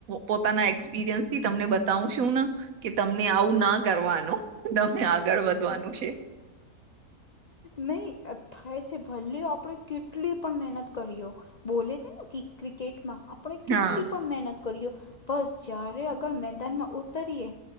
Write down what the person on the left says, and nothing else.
નહી થાય છે ભલે આપણે કેટલી પણ મહેનત કરીઓ. બોલે છે ને કે ક્રિકેટમાં આપણે કેટલી
પણ મહેનત. કર્યો બસ જ્યારે અગર મેદાનમાં ઉતરીએ.